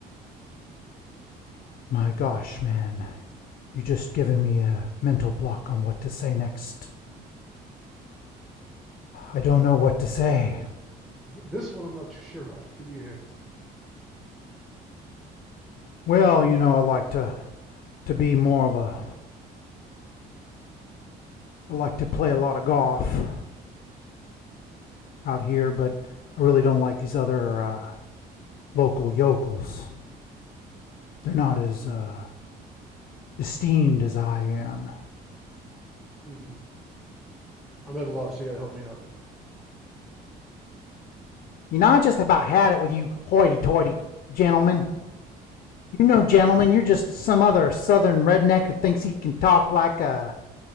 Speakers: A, on the left; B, in the centre.
A: My gosh, man, you just given me a mental block on what to say next. I don't know what to say.
B: Th- this one I'm not too sure on. Give me a hint.
A: Well, you know, I like to to be more of a I like to play a lot of golf out here, but I really don't like these other uh, local yokels. They're not as uh, esteemed as I am.
B: Hmm. I'm at a loss. You got to help me out.
A: You know, I just about had it with you hoity-toity gentlemen. You know, gentlemen, you're just some other southern redneck who thinks he can talk like a